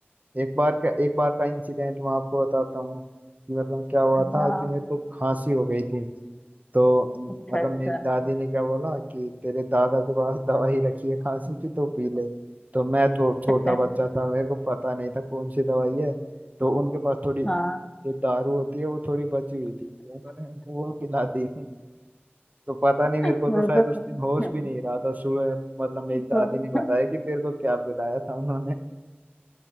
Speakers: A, on the right; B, on the left.
A: एक बार का एक बार का इंसिडेंट मैं आपको बताता हूँ कि मतलब क्या हुआ था
B: हाँ
A: कि मेरे को खांसी हो गई थी तो म,
B: अच्छा
A: मतलब
B: अच्छा
A: मेरी दादी ने क्या बोला कि तेरे दादा के पास दवाई रखी है खांसी की तो पी ले तो मैं तो छोटा
B: अच्छा
A: बच्चा था मेरे को पता नहीं था कौन सी दवाई है तो उनके पास थोड़ी
B: हाँ
A: ये दारू होती है वो थोड़ी बची हुई थी तो उन्होंने मेरे को वो पिला दी तो पता नहीं मेरे
B: फिर
A: को तो शायद
B: तो
A: उस
B: तुम
A: दिन होश
B: फिर
A: भी नहीं रहा था सुबह मतलब मेरी दादी
B: तो
A: ने बताया कि तेरे को क्या पिलाया था उन्होंने